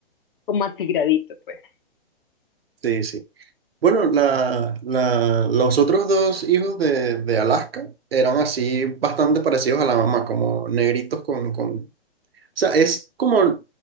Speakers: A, on the left; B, on the right.
A: como atigradito, pues.
B: Sí, sí. Bueno, la, la- los otros dos hijos de, de Alaska eran así bastante parecidos a la mamá, como negritos con, con... O sea, es como